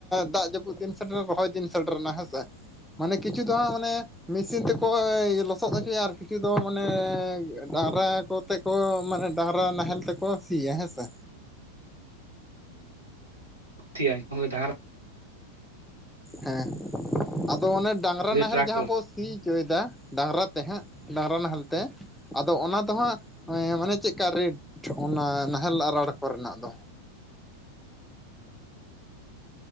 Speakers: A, in the centre; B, on the right (about 75°).
A: ᱫᱟᱜ ᱡᱟᱹᱯᱩᱫ ᱫᱤᱱ ᱥᱮᱴᱮᱨ ᱨᱚᱦᱚᱭ ᱫᱤᱱ ᱥᱮᱴᱮᱨ ᱱᱟ ᱦᱮᱸᱥᱮ ᱢᱟᱱᱮ ᱠᱤᱪᱷᱩ ᱫᱚ ᱦᱟᱸᱜ ᱢᱟᱱᱮ ᱢᱮᱥᱤᱱ ᱛᱮᱠᱚ ᱞᱚᱥᱚᱫ ᱦᱚᱪᱚᱭᱟ ᱟᱨ ᱠᱤᱪᱷᱩ ᱫᱚ ᱢᱟᱱᱮ ᱰᱟᱝᱨᱟ ᱠᱚᱛᱮ ᱠᱚ ᱢᱟᱱᱮ ᱰᱟᱝᱨᱟ ᱱᱟᱦᱮᱞ ᱛᱮᱠᱚ ᱥᱤᱭᱟ ᱦᱮᱸ ᱥᱮ᱾
B: <inaudible> ᱰᱟᱝᱨᱟ
A: ᱦᱮᱸ ᱟᱫᱚ ᱚᱱᱮ ᱰᱟᱝᱨᱟ ᱱᱟᱦᱮᱞ
B: ᱴᱨᱟᱠᱴᱚᱨ
A: ᱡᱟᱦᱟᱸ ᱵᱚᱥ ᱥᱤ ᱪᱚᱭᱫᱟ ᱰᱟᱝᱨᱟ ᱛᱮ ᱦᱟᱸᱜ ᱰᱟᱝᱨᱟ ᱱᱟᱦᱮᱞ ᱛᱮ ᱟᱫᱚ ᱚᱱᱟ ᱫᱚ ᱦᱟᱸᱜ ᱢᱟᱱᱮ ᱪᱮᱜᱠᱟ ᱨᱮᱴ ᱚᱱᱟ ᱱᱟᱦᱮᱞ ᱟᱨᱟᱲ ᱠᱚᱨᱮᱱᱟᱜ ᱫᱚ?